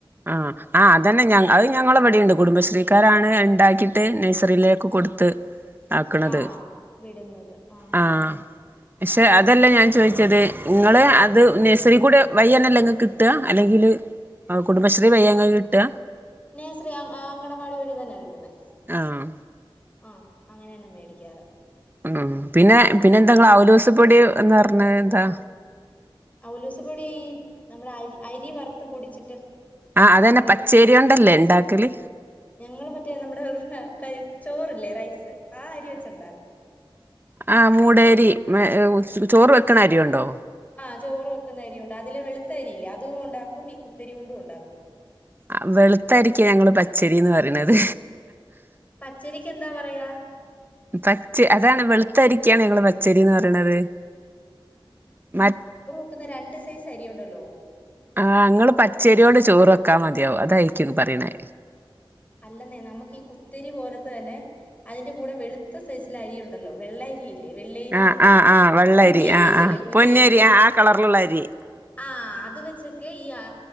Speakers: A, on the right; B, on the left.
A: ആഹ് ആഹ് അതന്നെ ഞ
B: ഉം.
A: അഹ് ഞ ങ്ങളവിടെണ്ട് കുടുംബശ്രീക്കാരാണ് ണ്ടാക്കിട്ട് നഴ്സറിയിലേക്ക് കൊടുത്തത് ആക്ക്ണത്
B: ആ വിടുന്നത് ആ
A: ആഹ്
B: ആ
A: ക്ഷെ അതല്ലേ
B: ആ
A: ഞാൻ ചോയിച്ചത് ഇങ്ങള് അത് നേഴ്സറി കൂടെ വയ്യന്നല്ലെങ്ങക്ക് കിട്ട അല്ലെങ്കില് ആഹ് കുടുംബശ്രീ വയ്യങ്ങക്ക് കിട്ട
B: നേഴ്സറി അങ്കണവാടി വഴി തന്നാ കിട്ടുന്നേ
A: ആഹ്
B: ആഹ് അങ്ങനന്നെ മേടിക്കാറ്
A: അഹ് പിന്നെ പിന്നെന്താ
B: അവിടെ
A: ങ്ങൾ ഔലോസുപ്പൊടി ന്ന് പറഞ്ഞതെന്താ
B: അവ്ലൂസ് പൊടി നമ്മുടെ അരി അരി വറുത്ത് പൊടിച്ചിട്ട്
A: ആഹ് അതന്നെ
B: അറിയത്തി
A: പച്ചേരിയോണ്ടല്ലേ ണ്ടാക്കല്
B: ഞങ്ങള് മറ്റേ നമ്മുടെ ക ചോറ്ല്ലേ റൈസ് ആഹ് അരി വെച്ചുണ്ടാക്കും
A: ആഹ് മൂടേരി മേ ചോറ് വെക്ക്ണരിയോണ്ടോ
B: ആഹ് ചോറ് വെക്കുന്നരിയോണ്ട അതിലെ വെളുത്തരിയില്ലേ അതും ണ്ടാക്കും ഈ കുത്തരിയോണ്ടും ണ്ടാക്കും
A: അഹ് വെളുത്തരിക്ക ഞങ്ങള് പച്ചരിന്ന് പറയ്ണത്
B: പച്ചരിക്കെന്താ പറയാ
A: പച്ച അതാണ് വെളുത്തരിക്കാണ് ഞങ്ങള് പച്ചരിന്ന് പറയണത് മ
B: ക്കുന്ന രണ്ട് സൈസരിയുണ്ടല്ലോ
A: ആഹ് ങ്ങള് പച്ചേരിയോണ്ട് ചോറ് വെക്കാ മതിയാവും അതായിരിക്കും പറയ്ണേ
B: അല്ലെന്നെ നമുക്കീ കുത്തിരി പോലത്തെതന്നെ അതിന്റെ കൂടെ വെളുത്ത സൈസിലരിയുണ്ടല്ലോ വെള്ള അരി വെള്ളേരീന്ന്
A: ആഹ്
B: പറയയ്ന്
A: ആഹ് ആഹ് വെള്ളരി
B: പൊന്നിരിയൊക്കെയില്ലേ
A: ആഹ് ആഹ്
B: പൊന്നിയരി
A: ആഹ് ആ കളറിലുള്ള അരി
B: ആഹ് അത് വെച്ച്ക്കെ ഈ ആ